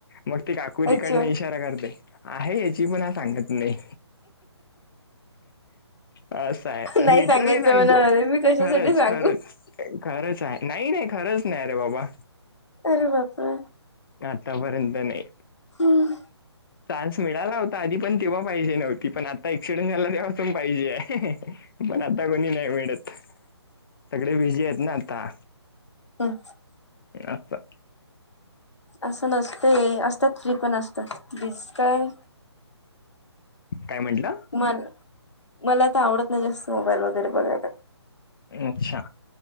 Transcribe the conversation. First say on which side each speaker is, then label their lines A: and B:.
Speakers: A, on the left; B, on the left.
A: मग ते काकू
B: अच्छा
A: तिकडन इशारा करते आहे याची पण ह सांगत नाही असं आहे
B: नाही
A: लिटरली
B: सांगायचं
A: सांगतो
B: म्हणाले मी कशासाठी
A: खरंच
B: सांगू.
A: खरंच खरंच आहे नाही नाही खरंच नाही अरे बाबा
B: अर बाबा
A: आतापर्यंत नाही
B: हम्म
A: चानस मिळाला होता आधी पण तेव्हा पाहिजे नव्हती पण आता एक्सिडेंट झाला तेव्हाास पाहिजे पण आता कोणी नाही मिळत सगळे बिजी येत ना आताता
B: हम्
A: असच्छा
B: असं नसते असतात फ्री पण असतात बिस काय
A: काय म्हटलं
B: म मला तर आवडत नाही जास्त मोबाईल वगैरे बघायला
A: अच्छा